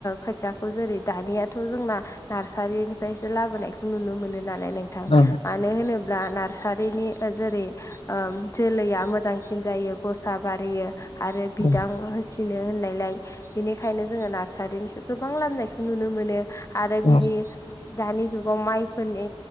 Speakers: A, on the left; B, on the left.
A: खोथियाखौ जेरै दानियाथ' जोंना नार्सारिनिफ्रायसो लाबोनायखौ नुनो मोनो नालाय नोंथां म
B: औ
A: मानो होनोब्ला नार्सारिनि जेरै ओ जोलैया मोजांसिन जायो गसा बारियो आरो बिदां
B: ओं
A: होसिनो होननायलाय बिनिखायनो जोङो नार्सारिनिखौ गोबां लामनायखौ नुनो मोनो आरो
B: ओं
A: बिनि दानि जुगाव माइफोरनि